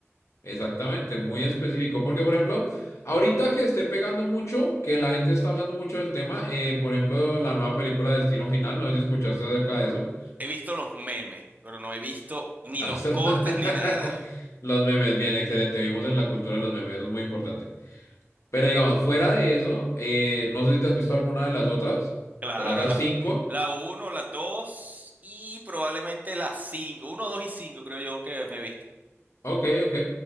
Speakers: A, on the left; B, on the right.
A: Exactamente, muy específico. Porque, por ejemplo, ahorita que esté pegando mucho, que la gente está hablando mucho del tema, eh, por ejemplo, la nueva película Destino Final, no sé si escuchaste acerca de eso.
B: He visto los memes, pero no he visto
A: <laughs>
B: ni
A: ¿Has
B: los
A: visto
B: cortes
A: los <laughs>
B: ni nada.
A: los memes? Bien, excelente. Vimos en la cultura de los memes, eso es muy importante. Pero, digamos, fuera de eso, eh, no sé si te has visto alguna de las otras,
B: Claro,
A: de las otras
B: la,
A: cinco.
B: la uno, las 2 y probablemente las cinco. Uno, dos y 5, creo yo que me he visto.
A: Ok, ok.